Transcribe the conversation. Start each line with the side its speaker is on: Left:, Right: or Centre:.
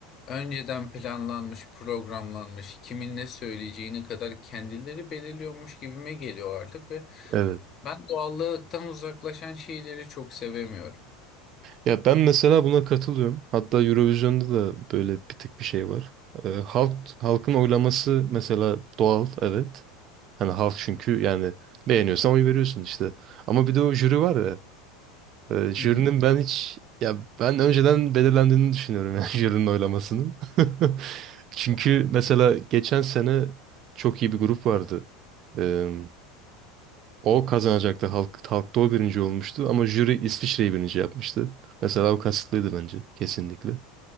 Left: önceden planlanmış, programlanmış, kimin ne söyleyeceğini kadar kendileri belirliyormuş gibime geliyor artık ve
Right: evet.
Left: ben doğallıktan uzaklaşan şeyleri çok sevemiyorum.
Right: Ya ben mesela buna katılıyorum. Hatta Eurovision'da da böyle bir tık bir şey var. Ee, halk halkın oylaması mesela doğal, evet. Hani halk çünkü yani beğeniyorsan oy veriyorsun işte. Ama bir de o jüri var ya. Ee, jürinin
Left: Hı hı.
Right: ben hiç ya ben önceden belirlendiğini düşünüyorum yani <laughs> jürinin oylamasının. <laughs> Çünkü mesela geçen sene çok iyi bir grup vardı. Ee, o kazanacaktı. Halk, halkta o birinci olmuştu ama jüri İsviçre'yi birinci yapmıştı. Mesela o kasıtlıydı bence kesinlikle.